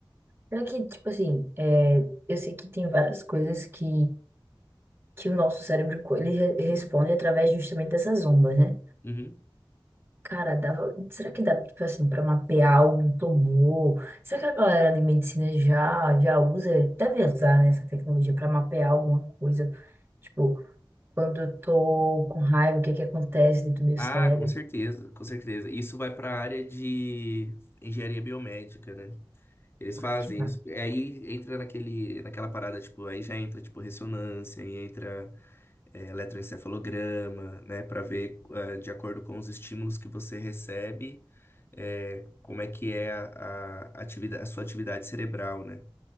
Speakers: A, on the right (about 25°); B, on the left (about 25°).
A: Será que, tipo assim, é, eu sei que tem várias coisas que que o nosso cérebro co- ele re- responde através justamente dessas ondas, né?
B: Uhum.
A: Cara, dava, será que dá, tipo assim, para mapear algum tumor? Será que a galera de medicina já, já usa, deve usar, né, essa tecnologia para mapear alguma coisa? Tipo, quando eu tô com raiva, o que é que acontece dentro do meu
B: Ah,
A: cérebro?
B: com certeza, com certeza. Isso vai para a área de engenharia biomédica, né? Eles fazem
A: Que mais?
B: isso. Aí entra naquele, naquela parada, tipo, aí já entra, tipo, ressonância, aí entra é, eletroencefalograma, né, para ver, eh, de acordo com os estímulos que você recebe, eh, como é que é a, a, atividade, a sua atividade cerebral, né?